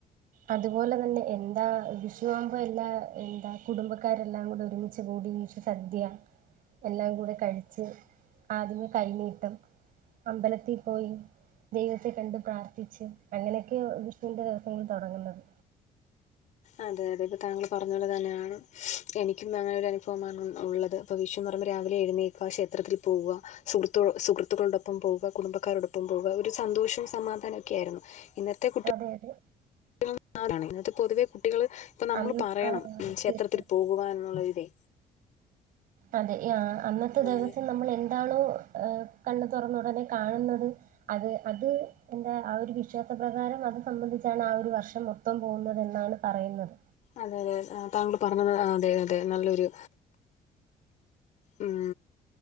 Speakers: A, on the right; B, on the left.
A: അതുപോലെ തന്നെ എന്താ വിഷുവാകുമ്പോ എല്ലാ എന്താ കുടുംബക്കാരെല്ലാം കൂടെ ഒരുമിച്ച് കൂടി വിഷു സദ്യ എല്ലാം കൂടെ കഴിച്ച് ആദ്യമേ കൈനീട്ടം അമ്പലത്തി പോയി ദൈവത്തെ കണ്ട് പ്രാർത്ഥിച്ച് അങ്ങനെയൊക്കെ വിഷുവിന്റെ ദിവസങ്ങൾ തൊടങ്ങുന്നത്
B: അതെ അതെ ഇപ്പം താങ്കള് പറഞ്ഞപോലെ തന്നെയാണ് എനിക്കും അങ്ങനെ ഒരുരനുഭവമാണ് ഉ ഉള്ളത് അപ്പോ വിഷുന്ന് പറയുമ്പോ രാവിലെ എഴുന്നേൽക്ക ക്ഷേത്രത്തിൽ പോവ്വ സുഹൃത്തു സുഹൃത്തുക്കളോടൊപ്പം പോവുക കുടുംബക്കാരോടൊപ്പം പോവുക ഒരു സന്തോഷവും സമാധാനം ഒക്കെയായ്രുന്നു ഇന്നത്തെ കുട്ടി
A: അതെ അതെ
B: <unintelligible> ഇന്നത്തെ പൊതുവെ കുട്ടികള് ഇപ്പം നമ്മള്
A: അന്ന്
B: പറയണം
A: ആ
B: ക്ഷേത്രത്തിൽ
A: തീർച്ചയായും
B: പോകുവന്നുള്ള ഒര്
A: അതെ ആഹ് അന്നത്തെ ദിവസം
B: അങ്ങനെ
A: നമ്മള് എന്താണോ കണ്ണ് തുറന്ന ഉടനെ കാണുന്നത് അത് അത് എന്താ ആ ഒരു വിശ്വാസപ്രകാരം അത് സംബന്ധിച്ചാണ് ആ ഒര് വർഷം മൊ ത്തം പോകുന്നതെന്നാണ് പറയുന്നത്.
B: അതെ അതെ താങ്കള് പറഞ്ഞത് അതെ അതെ നല്ലൊരു ഉം